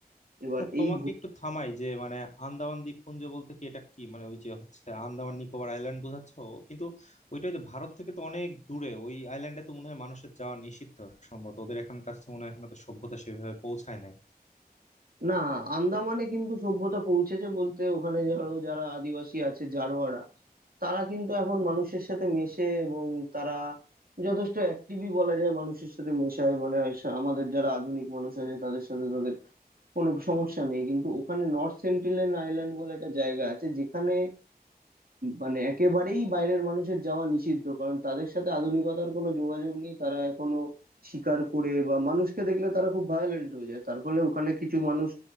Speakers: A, on the right; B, on the left.
A: এবার
B: আচ্ছা তোমাকে
A: এই
B: একটু থামাই যে মানে আন্দামান দ্বীপপুঞ্জ বলতে কি এটা কি মানে ওই যে হচ্ছে আন্দামান নিকোবর আইল্যান্ড বোঝাচ্ছ কিন্তু ওইটা ওই যে ভারত থেকে তো অনেক দূরে ওই আইল্যান্ডে তো মনে হয় মানুষের যাওয়া নিষিদ্ধ সম্ভবত ওদের এখানকার কাছে মনে হয় এখনো তো সভ্যতা সেভাবে পৌঁছায় নাই
A: না আন্দামানে কিন্তু সভ্যতা পৌঁছেছে বলতে ওখানে ধরো যারা আদিবাসী আছে জারোয়ারা তারা কিন্তু এখন মানুষের সাথে মেশে এবং তারা যথেষ্ট অ্যাক্টিভই বলা যায় মানুষের সাথে মেশায় মানে সা- আমাদের যারা আধুনিক মানুষ আছে তাদের সাথে তাদের কোনো সমস্যা নেই কিন্তু ওখানে নর্থ সেন্টিনেল আইল্যান্ড বলে একটা জায়গা আছে যেখানে মানে একেবারেই বাইরের মানুষের যাওয়া নিষিদ্ধ কারণ তাদের সাথে আধুনিকতার কোনো যোগাযোগ নেই তারা এখনো শিকার করে বা মানুষকে দেখলে তারা খুব ভায়োলেন্ট হয়ে যায় তার ফলে ওখানে কিছু মানুষ